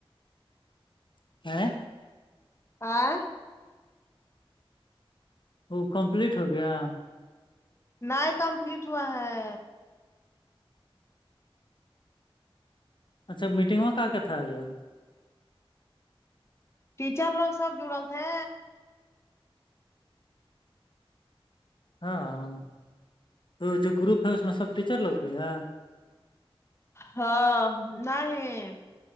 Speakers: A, on the left (about 55°); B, on the left (about 25°).
A: <unintelligible>
B: ہاں
A: وہ کمپلیٹ ہو گیا
B: ن کمپلیٹ ہوا ہے
A: اچھا میٹنگوں کا کیا تھا ہے ہو
B: ٹیچر لوگ سب جڑل تھے
A: ہاں تو جو گروپ ہے اس میں سب ٹیچر لوگ گئی ہے
B: ہاں نہیں